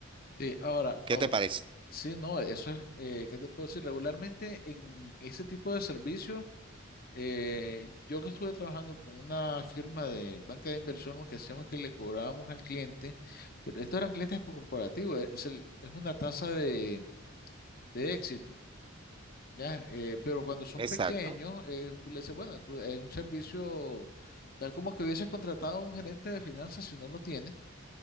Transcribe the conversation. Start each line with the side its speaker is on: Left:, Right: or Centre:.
Left: sí, ahora,
Right: ¿Qué
Left: au-
Right: te parece?
Left: sí, no, eso es, eh, ¿qué te puedo decir? Regularmente en ese tipo de servicios. Eh, yo que estuve trabajando con una firma de banca de inversión, lo que hacíamos es que le cobrábamos al cliente, pero estos eran clientes corporativos, es, el- es una tasa de, de éxito, ¿ya? Eh, pero cuando son
Right: Exacto.
Left: pequeños, eh, tú le dices, bueno, tú, es un servicio tal como que hubieses contratado a un gerente de finanzas si no lo tiene,